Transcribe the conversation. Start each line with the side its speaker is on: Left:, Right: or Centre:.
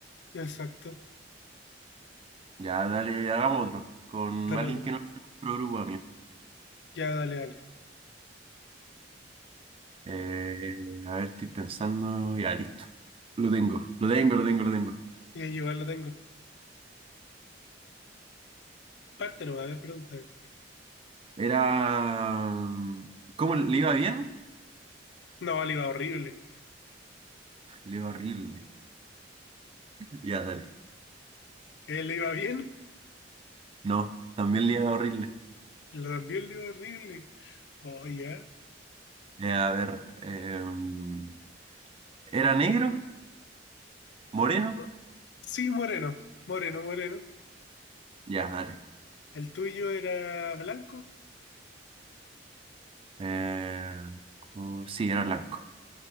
Left: Exacto.
Right: Ya dale, hagamos otro, con
Left: Dale
Right: alguien
Left: otro.
Right: que no es nuestro grupo, amigo.
Left: Ya, dale, dale.
Right: Eh, a ver, estoy pensando, ya listo. Lo tengo, lo tengo, lo tengo, lo tengo.
Left: Y ahí igual lo tengo. parte no va a haber preguntas.
Right: Era... ¿Cómo le iba bien?
Left: No, le iba horrible.
Right: Le iba horrible. Ya, dale.
Left: Él le iba bien,
Right: No, también le iba horrible.
Left: lo también le iba horrible. Oh, ya.
Right: Eh, a ver, em, ¿era negro? ¿Moreno?
Left: Oh, Sí, moreno, moreno, moreno.
Right: Ya, dale.
Left: El tuyo era blanco,
Right: Eh, cu- sí, era blanco.